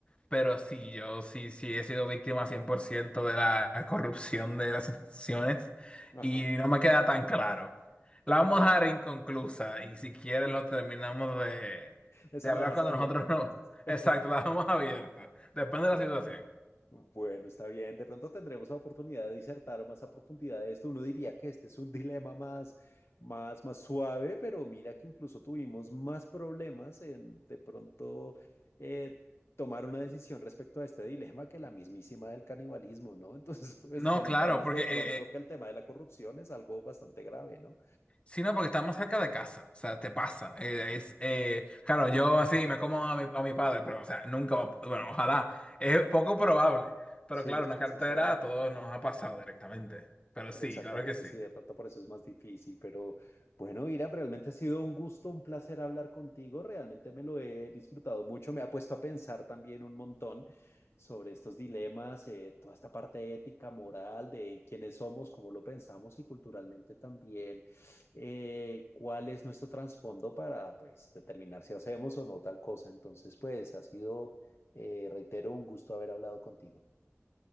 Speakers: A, on the left; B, on the left.
A: Pero sí, yo sí, sí he sido víctima 100% de la corrupción de las instituciones
B: Ajá.
A: y no me queda tan claro. La vamos
B: Ok.
A: a dejar inconclusa y si quieres lo terminamos de,
B: Esa
A: de hablar
B: la dejas
A: cuando
B: abierta
A: nosotros
B: entonces.
A: <laughs> no...
B: <laughs>
A: Exacto, la dejamos abierta. Depende de
B: Ok.
A: la situación.
B: Bueno, está bien. De pronto tendremos la oportunidad de disertar más a profundidad de esto. Uno diría que este es un <laughs> dilema más, más, más suave, pero mira que incluso tuvimos más problemas en de pronto eh, tomar una decisión respecto a este dilema que la mismísima del canibalismo, ¿no? <laughs> Entonces, pues
A: No,
B: te
A: claro,
B: notamos
A: porque
B: de
A: eh,
B: pronto
A: eh,
B: que el tema de la corrupción es algo bastante grave, ¿no?
A: sino porque está más cerca de casa, o sea, te pasa. Eh, es, eh, claro, yo así me como a mi, a mi padre, pero, o sea, nunca, va- bueno, ojalá, es poco probable, pero
B: Sí,
A: claro,
B: los
A: una
B: chances
A: cartera
B: son más.
A: a todos nos ha pasado directamente, pero
B: Exactamente,
A: sí, claro que sí.
B: sí, de pronto por eso es más difícil, pero bueno, Ira, realmente ha sido un gusto, un placer hablar contigo, realmente me lo he disfrutado mucho, me ha puesto a pensar también un montón sobre estos dilemas, eh, toda esta parte ética, moral, de quiénes somos, cómo lo pensamos y culturalmente también, eh, cuál es nuestro trasfondo para pues determinar si hacemos o no tal cosa. Entonces, pues ha sido, eh, reitero, un gusto haber hablado contigo.